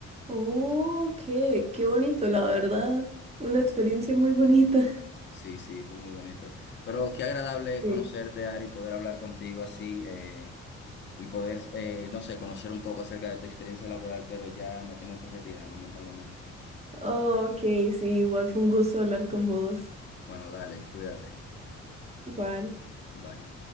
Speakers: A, on the right (about 20°); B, on the left (about 40°).
A: Oh, qué, qué bonito, la verdad. Una experiencia muy bonita. <laughs>
B: Sí, sí, fue muy bonito. Pero qué agradable
A: Sí.
B: conocerte, Ari, poder hablar contigo así eh, y poder, eh, no sé, conocer un poco acerca de tu experiencia laboral, pero ya me tengo que retirar, lamentablemente.
A: Oh, ok, sí, igual fue un gusto hablar con vos.
B: Bueno, dale, cuídate.
A: Igual.
B: Bye.